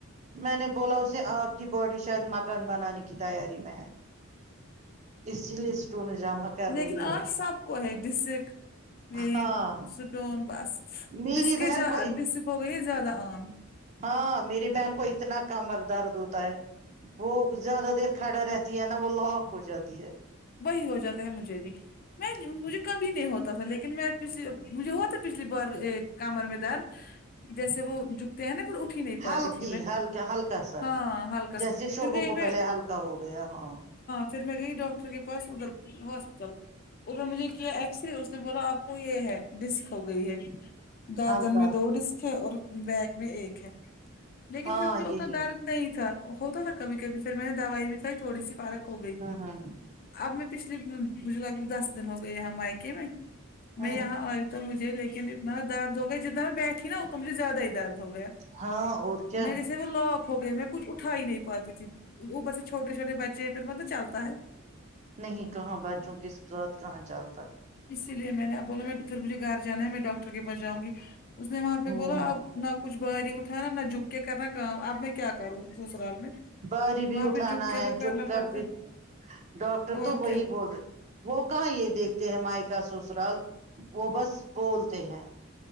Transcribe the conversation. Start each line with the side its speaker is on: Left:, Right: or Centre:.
Right: میں نے بولا اسے آپ کی باڈی شاید مکان بنانے کی تیاری میں ہے اسی لیے اسٹون جمع کر
Left: لیکن
Right: رہی ہو
Left: آج سب کو ڈسک یہ
Right: ہاں
Left: سٹون بس
Right: میری
Left: ڈس کے
Right: بہن کو
Left: ڈسک ہو گئی زیادہ آم
Right: ہاں میری بہن کو اتنا کمر درد ہوتا ہے وہ زیادہ دیر کھڑی رہتی ہے نا وہ لوک ہو جاتی ہے
Left: وہی ہو جاتا ہے مجھے بھی میں مجھے کبھی نہیں ہوتا تھا لیکن میں پچھ مجھے ہوتا پچھلی بار ایک کمر میں درد جیسے
Right: <inaudible>
Left: وہ جھکتے ہیں نا پھر اٹھ ہی نہیں
Right: ہلکی
Left: پاتی تھی میں
Right: ہلکا ہلکا سا
Left: ہاں ہلکا
Right: جیسے
Left: سا
Right: شوبوں
Left: پھر گئی
Right: کو
Left: میں
Right: پہلے ہلکا کاا ہو گیا ہاں
Left: پھر میں گئی ڈاکٹر کے پاس ادھر ہاسپٹل اھر مجھے کیا ایکس رے اس نے بولا آپ کو یہ ہے ڈسک ہو گئی ہے گاردن
Right: ہلکا
Left: میں دو ڈسک ہے اور بیک میں ایک ہے لیکن
Right: ہاں
Left: پھر مجھے
Right: یہی
Left: اتنا ڈرد نہیں تھا ہوتا تھا کبھی کبھی پھر میں نے دوائی بھی کھائی تھوڑی سی پارک ہو گئی
Right: ہاں ہاں
Left: اب میں پچھلے مجھے لگ دس دن ہو گئے یہاں مائکے میں
Right: ہوں
Left: میں یہاں ائی تو مجھ لیکن اتنا درد ہوگیا جتنا میں بیٹھی نا ات مجے زیادہ ہی درد ہو گیا
Right: ہاں اور کیا
Left: میرے ج وہ لاک ہو گئے میں کچھ اٹا ہی نہیں پاتی تھی اوپر سے چھوٹے چھٹے بچے ہیں پھر مطلب چلتا ہے
Right: نہیں کہاں بچوں کے ساتھ کہاں چلتا ہے
Left: اسی لیے میں نے آ بولا میں پھر مجھے گھر جانا ہے میں ڈاکٹر کے پہنچاؤں گی اس نے وہاں پہ
Right: ہوں
Left: بولا اپ نہ کچھ باری اٹھانا نہ جھک کے کرنا کام اب میں کیا کروں سسرال میں
Right: باری بھی
Left: وہاں
Right: اٹھانا
Left: پہ جھک کے
Right: ہے
Left: تو کرنا
Right: جو گھر
Left: پڑتا
Right: بھی
Left: ہے
Right: ڈاکٹر
Left: اور
Right: تو وہی
Left: کیا
Right: بول رہے وہ کہاں یہ دیکھتے ہیں مائیکا سسرال وہ بس بولتے ہیں